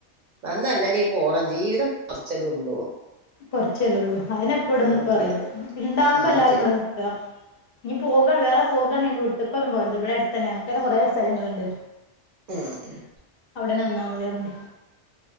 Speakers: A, on the right; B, on the left.
A: നന്നല്ലതീപോണം ജീവിതം കൊറച്ചല്ലേ ഉള്ളൂ
B: കുറച്ചല്ലള്ളൂ അതനെ. ഇപ്പ ഇവിടന്ന്
A: ഉം
B: ഇപ്പ പറയണ
A: പി
B: ഇണ്ടാവുമ്പോ
A: ഉം
B: എല്ലാരും
A: ശരി.
B: ഇവിടെ നിക്കാ ഇനി പോക വേറെ പോകണെ വീട്ട്ക്കൊന്നും പോവര്‌ത് ഇവിടെ അടുത്തന്നെ ഞങ്ങക്കന്നെ കുറെ സ്ഥലങ്ങളുണ്ട്.
A: ഉം
B: അവിടെന്നെ മതി പറഞ്ഞ്